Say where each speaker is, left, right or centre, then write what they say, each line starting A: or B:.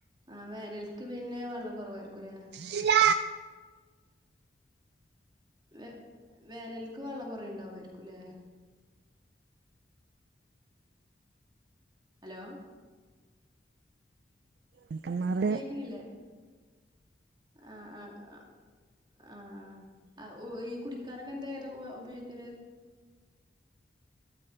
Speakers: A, on the right; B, on the right.
A: ആഹ് വേനൽക്ക് പിന്നെ വെള്ളം കൊറവായിരിക്കൂല്ലേ?
B: ഇല്ല
A: വേ വേനൽക്ക് വെള്ളം കൊറയുണ്ടായിരിക്കുംല്ലേ? ഹലോ
B: എ മ്മാറ്
A: കേക്ക്ണില്ലേ? ആഹ് ആഹ് ആഹ്. ഈ കുടിക്കാനൊക്കെ എന്താ, ഏതാ ഉപയോഗിക്കല്?